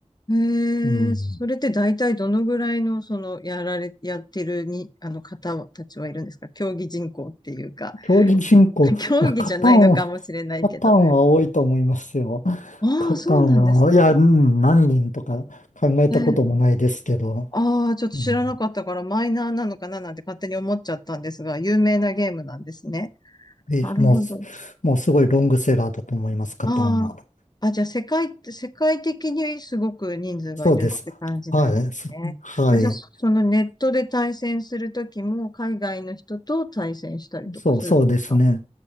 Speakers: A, on the left; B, on the left.
A: へえ、
B: うん、
A: それって大体どのぐらいの、その、やられ、やってるに、あの方たちはいるんですか競技人口っていうか、
B: 競技人口、
A: <laughs> 競技じゃないのかもしれないけど。
B: いや、カタンをカタンは多いと思いますよ。
A: ああ、
B: カタンは、
A: そうなんです
B: いや、うん何人とか考えたこともないですけど、
A: ね。ああ、ちょっと知らなかったからマイナーなのかななんて勝手に思っちゃったんですが、
B: うん
A: 有名なゲームなんですね。
B: え、
A: なるほど。
B: もうす、もうすごいロングセラーだと思います、カタンは。
A: ああ。あ、じゃあ世界、世界的にすごく人数がいるって感じなんですね。
B: そうです。はい。すはい。
A: あ、じゃあそそのネットで対戦するときも海外の人と対戦したりとかするんですか
B: そう、そうですね。